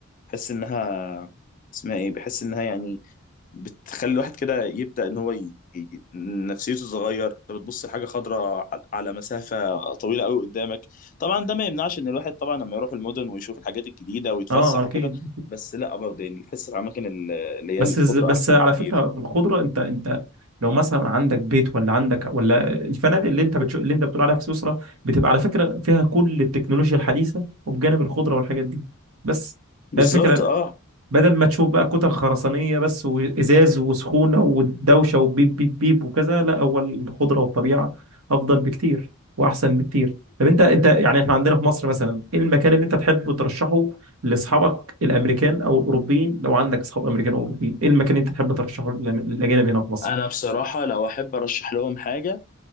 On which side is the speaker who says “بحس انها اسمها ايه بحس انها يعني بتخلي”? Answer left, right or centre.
Left